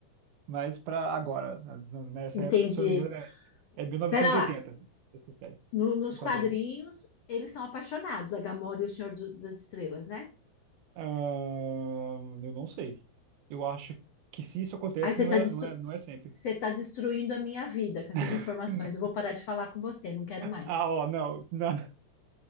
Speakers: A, on the right (about 65°); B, on the left (about 80°).
A: Mas pra agora, nessa
B: Entendi.
A: época, que, se eu não me engano, é, é mil novecentos
B: Pera lá.
A: e oitenta essa série,
B: No- nos
A: o quadrinho.
B: quadrinhos, eles são apaixonados, a Gamora e o Senhor do- das Estrelas, né?
A: Ahn, eu não sei. Eu acho que se isso acontece,
B: Aí você
A: não
B: tá,
A: é,
B: destru...
A: não é, não é sempre.
B: você tá destruindo a minha vida com essas
A: <laughs>
B: informações. Eu vou parar de falar com você, não quero mais.
A: Ah, ó, não, não.